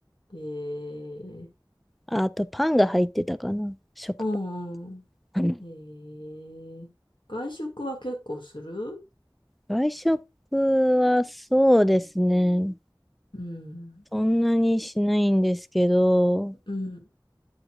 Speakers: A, on the left; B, in the centre.
A: うん。ええ
B: あ、あとパンが入ってたかな。食
A: うんうん。
B: パン。
A: ええ外食は結構する
B: 外食はそうですね。
A: うん。
B: そんなにしないんですけど、
A: うん。